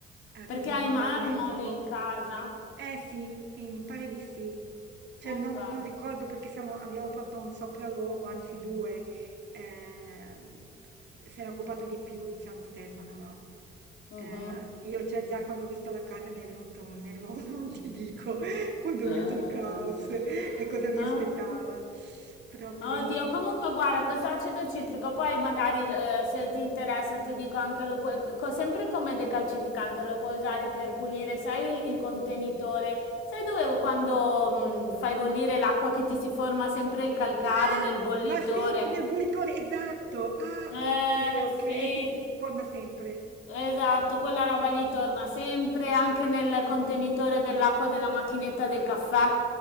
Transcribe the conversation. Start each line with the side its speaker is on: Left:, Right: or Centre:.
Right: eh,
Left: Perché
Right: così
Left: hai
Right: non
Left: marmo
Right: me la dimentico.
Left: lì in casa?
Right: Eh sì, sì, mi pare di sì. Cioè
Left: Ok.
Right: non, non ricordo perché siamo- abbiamo fatto un sopralluogo, anzi due. ehm, se n'è occupato di più, diciamo Stefano, no?
Left: Mhm.
Right: Eh, io cioè già quando ho visto la casa mi è venuto un nervoso, <laughs> non ti dico, quando
Left: Ah,
Right: ho visto il caos e cosa mi
Left: ah.
Right: aspettava. Proprio.
Left: Oddio, comunque guarda, questo acido citrico, poi magari eh, se ti interessa ti dico anche, lo puoi, co- sempre come decalcificante, lo puoi usare per pulire, sai il, il contenitore, sai dove quando mh, fai bollire l'acqua che ti si forma sempre il calcare
Right: Ah,
Left: nel bollitore?
Right: ma senti nel bollitore, esatto. Ah,
Left: Eh,
Right: ok,
Left: sì,
Right: ok. Eh sì, sì, si forma sempre,
Left: esatto, quella roba lì torna sempre anche nel contenitore dell'acqua della macchinetta del caffè.